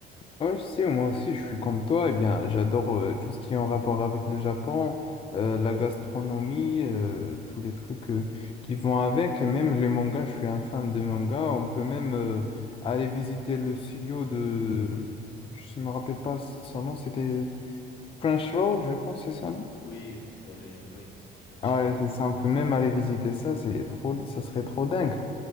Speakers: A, on the left; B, on the left.
A: Oui, si, moi aussi, je suis comme toi. Eh bien, j'adore euh, tout ce qui est en rapport avec le Japon, euh, la gastronomie, euh, tous les trucs euh, qui vont avec. Et Même les mangas, je suis un fan de mangas. On peut même euh, aller visiter le studio de... Je ne me rappelle pas son nom, c'était French je pense, c'est ça, non?
B: Oui, pour les, oui, Crunchyroll.
A: Ah Ouais, c'est ça, on peut même aller visiter ça, c'est trop, ça serait trop dingue.